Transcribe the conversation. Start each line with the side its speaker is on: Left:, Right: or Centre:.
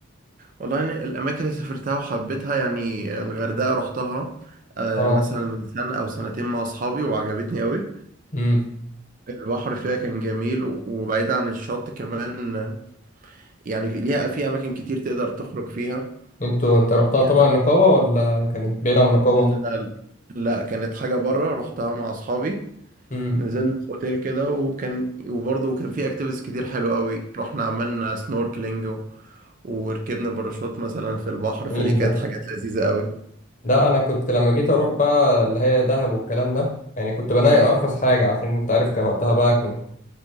Right: والله يعني الأماكن اللي سافرتها وحبيتها يعني الغردقة رحتها آه،
Left: اه
Right: مثلا من سنة أو سنتين مع أصحابي وعجبتني أوي
Left: امم
Right: البحر فيها كان جميل و- وبعيد عن الشط كمان آه، يعني في- ليها في أماكن كتير تقدر تخرج فيها
Left: انتوا انت رحتها
Right: فيها-
Left: طبعا النقابة ولا كانت بعيدة عن النقابة
Right: لا, لا كانت حاجة بره رحتها مع أصحابي
Left: امم
Right: نزلنا في أوتيل كده وكان وبرضه كان في أكتيفيتيز كتير حلوة أوي رحنا عملنا سنوركلينج و... وركبنا باراشوت مثلا في البحر
Left: جميل
Right: فدي كانت
Left: ده
Right: حاجات لذيذة أوي
Left: لا انا كنت لما جيت اروح بقى اللي هي دهب والكلام ده يعني كنت بناقي
Right: اه
Left: ارخص حاجة عشان انت عارف كان وقتها بقى كنت